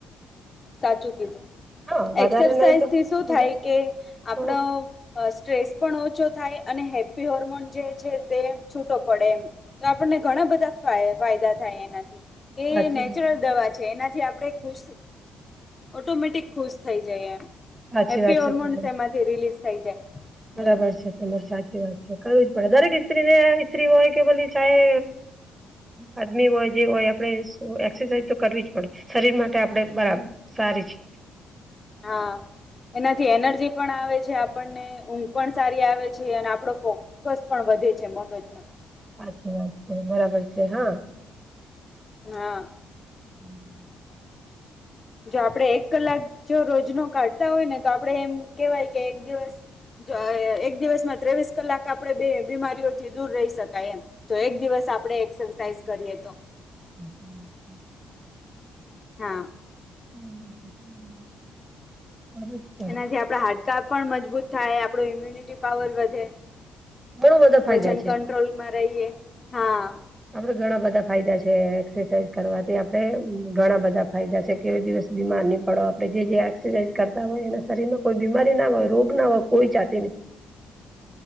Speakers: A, on the left; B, on the right.
A: સાચું કીધું.
B: હા વધારે
A: એક્સરસાઇઝથી
B: નહી તો
A: શું
B: હમ
A: થાય કે આપડ
B: હમ
A: અ સ્ટ્રેસ પણ ઓછો થાય અને હેપી હોર્મોન જે છે તે છૂટો પડે એમ. તો આપડને ઘણા બધા ફાય-ફાયદા થાય એનાથી કે,
B: સાચી
A: નેચરલ
B: વાત
A: દવા છે એનાથી આપડે બસ <inaudible> ઓટોમેટિક ખુશ થઈ જાય એમ,
B: સાચી
A: હેપી
B: વાત છે
A: હોર્મોન્સ
B: તમારી
A: એમાંથી રિલીઝ થઈ જાય. હમ
B: બરાબર છે તમારી સાચી વાત છે. કરવું જ પડે, દરેક સ્ત્રીને સ્ત્રી હોય કે ભલી ચાહે આદમી હોય, જે હોય, આપડે એક્સરસાઇઝ તો કરવી જ પડે શરીર માટે આપડે બરાબર. સારી છે.
A: હા એનાથી એનર્જી પણ આવે છે આપણને ને ઊંઘ પણ સારી આવે છે અને આપળો ફોકસ પણ વધે છે મગજ નો.
B: હાચી વાત છે બરાબર છે હા.
A: નાહ
B: <inaudible>
A: જો આપળે એક કલાક જો રોજનુ કાળતા હોય ને તો આપળે એમ કેવાય કે એક દિવસ જો આય એક દિવસમાં ત્રેવીસ કલાક આપળે બે બીમારીઓથી દૂર રેય શકાય એમ જો એક દિવસ આપળે એક્સરસાઈઝ કરીએ તો.
B: <inaudible>
A: હા.
B: <inaudible>
A: એનાથી આપળા હાડકા પણ મજબુત થાય આપળુ ઈમ્યુનિટી પાવર વધે
B: ઘણો બધા
A: વજન
B: ફાયદા છે
A: કંટ્રોલમાં રૈએ, હા.
B: આપળે ઘણા બધા ફાયદા છે એક્સસાઇઝ કરવાથી આપળે ઘણા બધા ફાયદા સે <unintelligible> દિવસ બીમાર ની પળો, આપળે જે જે એક્સસાઇઝ કરતા હોય એના શરીરમાં કોઈ બીમારી ના હોય, રોગ ના <unintelligible> કોઈ જાતી નય.